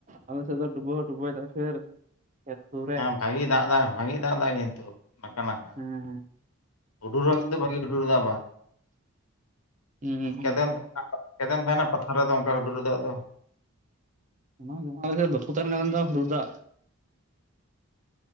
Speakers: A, on the right (about 35°); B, on the left (about 85°).
A: ᱟᱞᱮ ᱥᱮ ᱰᱩᱵᱳ ᱰᱩᱵᱳ ᱯᱷᱮᱨ ᱠᱚᱨᱮ
B: ᱦᱮᱸ ᱵᱷᱟᱜᱤ ᱫᱟᱜ ᱮᱫᱟ ᱵᱷᱟᱜᱤ ᱫᱟᱜ ᱮᱫᱟ ᱠᱤᱱᱛᱩ <unintelligible>
A: ᱦᱮᱸ
B: ᱦᱩᱰᱩᱨ ᱦᱚᱸ ᱠᱤᱱ ᱫᱚ ᱵᱟᱹᱤᱧ ᱦᱩᱰᱩᱨᱫᱟ ᱟᱵᱟᱨ᱾
A: ᱦᱩᱸ ᱦᱩᱸ
B: ᱠᱮᱫᱮᱢ ᱠᱮᱫᱮᱢ ᱛᱟᱦᱮᱱᱟ ᱪᱠᱟᱢ ᱛᱟᱦᱮᱱᱟ ᱯᱟᱛᱷᱟ ᱨᱮᱫᱚ ᱚᱱᱠᱟ ᱦᱩᱰᱩᱨ ᱨᱮ ᱫᱟᱜ ᱫᱚ
A: <unintelligible> ᱵᱟᱠᱩ ᱛᱟᱦᱮᱱ ᱠᱷᱟᱱ ᱫᱚ <unintelligible>